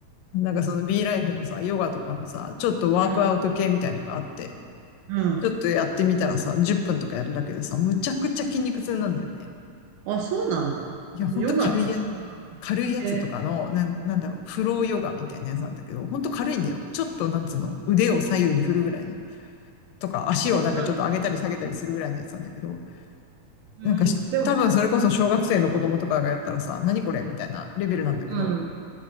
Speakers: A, on the left (about 85°); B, on the right (about 80°).
A: なんかその B ライフのさ、ヨガとかのさ、ちょっとワークアウト系みたいのがあって、
B: う。うん、うん。
A: ちょっとやってみたらさ、10分とかやるだけでさ、むちゃくちゃ筋肉痛なんだよね。
B: あ、そうなんだ。
A: いや、ほんと軽いや、
B: ヨガってそんなの。
A: 軽いやつとかの、
B: で、
A: なん、なんだろう、フローヨガみたいなやつなんだけど、ほんと軽いんだよ。ちょっと、なんつうの、腕を左右に振るぐらいの。とか、足をなんかちょっと上げたり下げたりするぐらいのやつなんだけど、
B: そんなんでなんだ。うん、
A: なんか多分それこそ小学生の子供とかがやったらさ、
B: でも、
A: 何これみたいなレベルなんだけど、
B: うん。